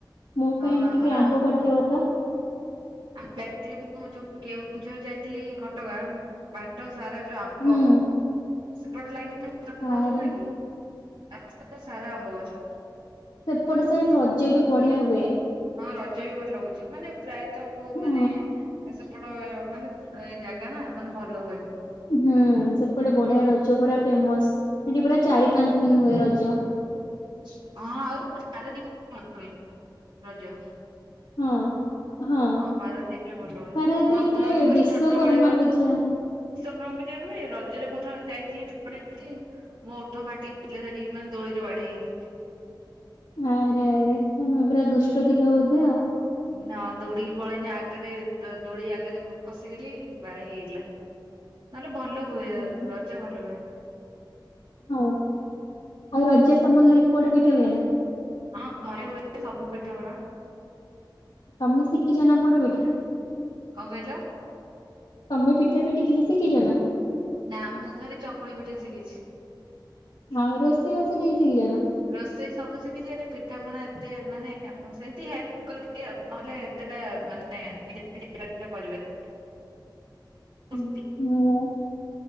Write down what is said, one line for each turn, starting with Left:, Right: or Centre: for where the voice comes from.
Left: ମୋ
Right: ହଁ
Left: ପାଇଁ
Right: ଆମର
Left: ଟିକେ
Right: ଆମ୍ବ
Left: ପଠେଇବ ତ
Right: ଆ ଯାଇଥିଲି ମୁଁ ଯୋଉଁ ମୁଁ କେଉଁଝର ଯାଇଥିଲି ଘଟଗାଁ ବାଟ ସାରା ଯୋଉ ଆମ୍ବ।
Left: ହୁଁ
Right: ସେପଟେ ଲାଇନ ରେ ଆମ୍ବ
Left: ଆରେ
Right: ଗଛ ନୁହେଁ କି ରାସ୍ଥା ସାରା ଆମ୍ବ ଗଛ।
Left: ସେପଟେ ସାଇଡ ରଜ ବି ବଢିଆ ହୁଏ।
Right: ହଁ ରଜ ବି ଭଲ ଲାଗୁଛି ମାନେ ପ୍ରାୟତଃ ବହୁତ
Left: ହଁ
Right: ମାନେ ସେପଟ ମାନେ ଏ ଜାଗା ନା ମାନେ ଭଲ ହୁଏ।
Left: ହୁଁ ସେପଟେ ବଢିଆ ରହୁଛି। ରଜ ପୁରା ଫେମସ ସେଠି ପୁରା ଚାରି ପାଞ୍ଚ ଦିନ ହୁଏ ରଜ।
Right: <unintelligible> ରଜ।
Left: ହଁ। ହଁ
Right: ପାରାଦୀପ ରେ ଭଲ ହୁଏ।
Left: ପାରାଦୀପ
Right: ମୋର ମନେ
Left: ରେ
Right: ଅଛି ମୁଁ
Left: ବିଶ୍ଵକର୍ମା
Right: ଛୋଟ ବେଳେ ବା
Left: ପୂଜା
Right: <unintelligible> ରଜରେ ମୁଁ ଥରେ ଯାଇଥିଲି ମୋ ଓଠ ଫାଟିଯାଇଥିଲା ସେଠି ମାନେ ଦୋଳି ରେ ବାଜି ଦେଇନି।
Left: ଆରେ ଆରେ ତମେ ପୁରା ଦୁଷ୍ଟ ଥିଲ ବୋଧେ ଆଉ।
Right: ନ ଦୌଡ଼ିକି ପଳେଇନି ଆଗରେ ଦୋଳି ଆଗରେ ପଶିଗଲି ବାଡେଇ ହେଇଗଲା। ନହେଲେ ଭଲ
Left: ଆରେ
Right: ହୁଏ
Left: ଆରେ,
Right: ରଜ ଭଲ ହୁଏ।
Left: ହଁ ଆଉ ରଜରେ ତମ ଘରେ ପୋଡ଼ ପିଠା ହୁଏ ନା?
Right: ହଁ ଘରେ ହୁଏ ସବୁ ପିଠା ପଣା।
Left: ତମେ ଶିଖିଛ ନା ପୋଡ଼ପିଠା?
Right: କଣ କହିଲ?
Left: ତମେ ପିଠା ପିଠି କିଛି ଶିଖିଛନା?
Right: ନା ମୁଁ ଖାଲି ଚକୁଳି ପିଠା ଶିଖିଛି।
Left: ଆଉ ରୋଷେଇ ବାସ କିଛି ଶିକିଛ ନା?
Right: ରୋଷେଇ ସବୁ ଶିଖିଛି ଏ ପିଠାପଣା ଏତେ ମାନେ ସେମିତି ହେଲ୍ପ କଲେ କରିବି ଆଉ ନହେଲେ ସେଟା ମାନେ ନି କରିବେ
Left: ହୁଁ,
Right: <unintelligible>
Left: ମୁଁ